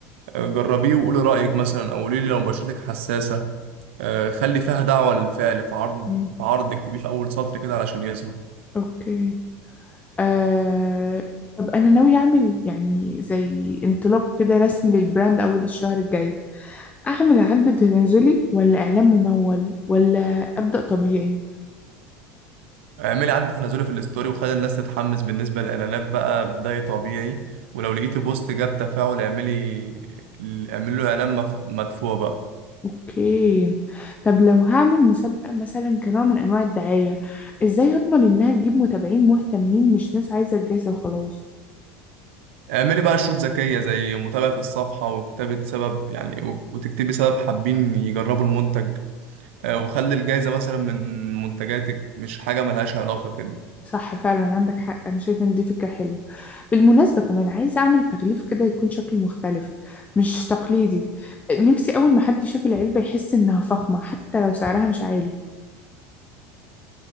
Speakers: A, on the right; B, on the left.
A: آه، جربيه وقولي رأيك مثلا او قولي لي لو بشرتك حساسة آه، خلي فيها دعوة للفعل في عرض
B: مم.
A: في عرض اكتبيه في اول سطر كده علشان يظهر
B: اوكي آه... طب أنا ناوية أعمل يعني زي انطلاق كده رسمي للبراند أول الشهر الجاي أعمل عد تنازلي ولا إعلان ممول ولا أبدأ طبيعي
A: اعملي عد تنازلي في الستوري وخلي الناس تتحمس بالنسبة للإعلانات بقى بداية طبيعي ولو لقيتي بوست جاب تفاعل اعملي اعملي له إعلان مف- مدفوع بقى
B: أوكي طب لو هعمل مسابقة مثلا كنوع من أنواع الدعاية إزاي أضمن إنها تجيب متابعين مهتمين مش ناس عايزة الجايزة وخلاص
A: اعملي بقى شروط ذكية زي متابعة الصفحة وكتابة سبب يعني وتكتبي سبب حابين يجربوا المنتج آه، وخلي الجايزة مثلا من منتجاتك مش حاجة ملهاش علاقة كده
B: صح فعلا عندك حق انا شايفه ان دي فكره حلوه بالمناسبه كمان عايزه اعمل تغليف كده يكون شكله مختلف مش تقليدي نفسي اول ما حد يشوف العلبه يحس انها فخمه حتى لو سعرها مش عالي